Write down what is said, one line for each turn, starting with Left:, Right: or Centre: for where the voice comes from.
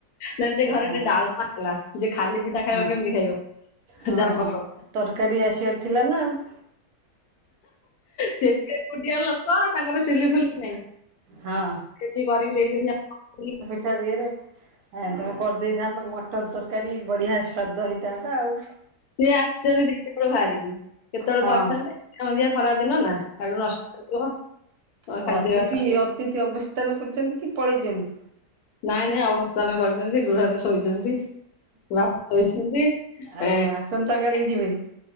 Left: ନାଇ ଟିକେ
Right: ଆଉ
Left: ଘରେ
Right: କଣ
Left: ଟିକେ ଡାଲମା ହେଲା ଯେ ଖାଲି ପିଠା ଖାଇବ
Right: ହଁ
Left: କେମିତି ଖାଇବ
Right: ହଁ
Left: ଯାହାର
Right: ହଁ
Left: ପସନ୍ଦ?
Right: ତରକାରୀ ଆସିବାର ଥିଲା ନା ଆଉ।
Left: ସେତ ଏକୁଟିଆ ଲୋ କ ତାଙ୍କ ପାଇଁ ଚୁଲି ଫୁଲି ନାହିଁ
Right: ହଁ
Left: ସେତିି କରିକି ଦେଇଛନ୍ତି
Right: ତା ଦିଅ ରେ ଆ ତମେ କରିଦେଇଥାନ୍ତ ମଟର ତରକାରୀ ବଢିଆ ସ୍ଵାଦ ହେଇଥାନ୍ତା ଆଉ।
Left: ସିଏ ଆସିଛନ୍ତି ଦିପହର ବାହାରିକି କେତେବେଳେ
Right: ହଁ
Left: କରିଥାନ୍ତେ <inaudible> ଖରା ଦିନ ନା। ଆଡୁ ନଷ୍ଟ କରିବ
Right: ଆଉ
Left: ଖାଦ୍ୟ
Right: ଅତିଥି ଅତିଥି ଅବସ୍ଥାନ କରୁଛନ୍ତି କି ପଳେଇଛନ୍ତି?
Left: ନାଇଁ ନାଇଁ ଅବସ୍ଥାନ କରିଛନ୍ତି ଗୃହରେ ଶୋଇଛନ୍ତି। ବାପା କହିଛନ୍ତି
Right: ଆଉ
Left: ଏ
Right: କଣ ଆସନ୍ତା
Left: <unintelligible>
Right: କାଲି ଯିବେ